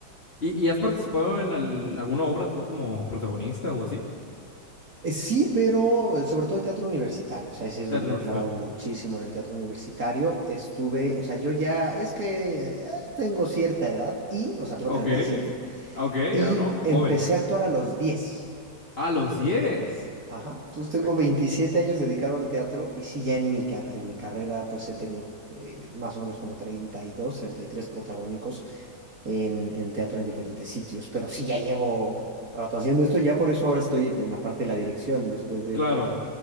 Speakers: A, on the left; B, on the right.
A: ¿Y, y has participado en al- alguna obra tú como protagonista o así?
B: Eh, Sí, pero eh, sobre todo teatro universitario, o sea, ese es
A: Teatro
B: donde me
A: universitario.
B: he clavado muchísimo en el teatro universitario. Estuve, o sea, yo ya es que eh, tengo cierta edad y, o sea, tengo
A: Ok,
B: treinta y siete
A: ok,
B: y
A: ah, no,
B: empecé
A: joven.
B: a actuar a los 10.
A: A los 10,
B: Ajá. Entonces tengo
A: Eh,
B: 27 años dedicado al teatro y sí, ya en mi, car- en mi carrera pues he tenido eh, más o menos como treinta treinta y dos, treinta y tres protagónicos en, en teatro en diferentes sitios, pero sí, ya llevo un rato haciendo esto, ya por eso ahora estoy en la parte de la dirección después de
A: Claro,